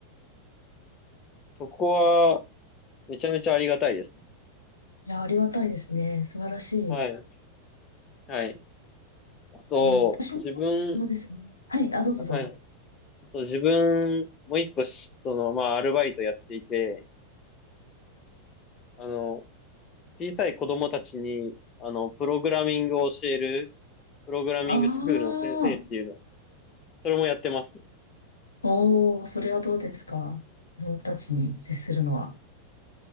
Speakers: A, on the left; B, on the left.
A: そこは、めちゃめちゃありがたいですね。
B: いやー、ありがたいですね。素晴らしい。
A: はい。はい。あと、
B: うん。私も、
A: 自分、
B: そうですね。はい。あ、どうぞどうぞ。
A: はい。あと自分、もう一個し、その、まあ、アルバイトやっていて、あの、小さい子供たちに、あの、プログラミングを教える、プログラミングスクールの先生っていうの、
B: ああ、
A: それもやってますね。
B: おー、それはどうですか。子供たちに接するのは。